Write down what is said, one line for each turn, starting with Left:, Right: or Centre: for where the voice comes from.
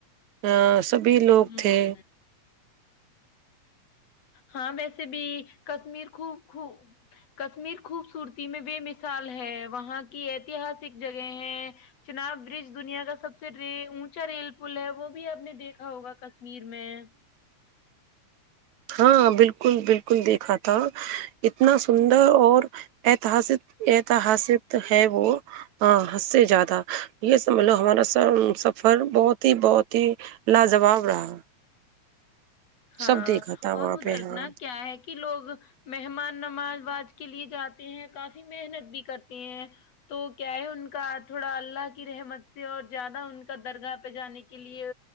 Right: ا سبھی لوگ
Left: ہوں
Right: تھے
Left: ہاں ویسے بھی کشمیر خوب خو کشمیر خوبصورتی میں بے مثال ہے وہاں کی ایتہاسک جگہ ہے چناب برج دنیا کا سب سے ر اونچا ریل پل ہے وہ بھی آپ نے دیکھا ہوگا کشمیر میں
Right: ہاں بالکل بالکل دیکھا تھا اتنا سندر اور اتاسک اتہاسک ہے وہ ہاں ہس سے زیادہ یہ سب ملو ہمارا س سفر بہت ہی بہت ہی لاجواب رہا
Left: ہاں
Right: سب دیکھا تھا
Left: اور
Right: وہاں
Left: ادھرنا
Right: پہ ہاں
Left: کیا ہے کہ لوگ مہمان نماز واز کے لیے جاتے ہیں کافی محنت بھی کرتے ہیں تو کیا ہے ان کا تھوڑا اللہ کی رحمت سے اور زیادہ ان کا درگاہ پہ جانے کے لیے